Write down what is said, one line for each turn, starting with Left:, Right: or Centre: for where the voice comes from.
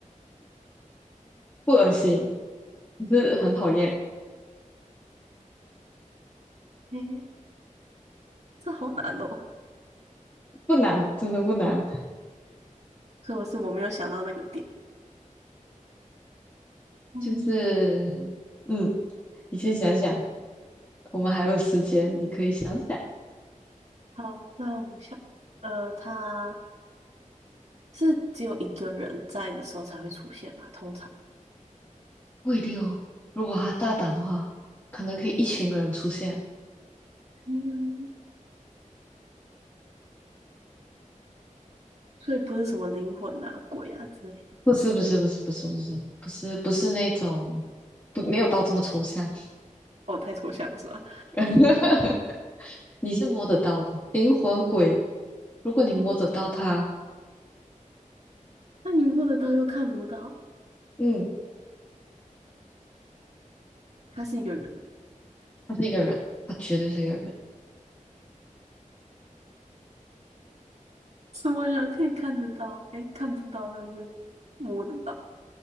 Left: 不恶心，可是很讨厌。
Right: <laughs> 诶，这好难哦，
Left: 不难，真的不难。
Right: 所以我是我没有想到那个点。嗯，
Left: 就是，嗯，你先想想，我们还有时间，你可以想想。
Right: 好，那我想。呃，他是只有一个人在的时候才会出现嘛，通常，
Left: 不一定哦。如果他大胆的话，可能可以一群人出现。
Right: 嗯，所以不是什么灵魂啊、鬼啊之类的。
Left: 不是，不是，不是，不是，不是，不是，不是那种，不，没有到这么抽象。
Right: 哦，太抽象了是吧？
Left: <laughs> 你是摸得到的，灵魂鬼，如果你摸得到他，
Right: 摸到，那你摸得到又看不到，
Left: 嗯，
Right: 他是一个人，
Left: 他是一个人，他绝对是一个人。
Right: 什么人可以看得到？哎，看不到，但是摸得到，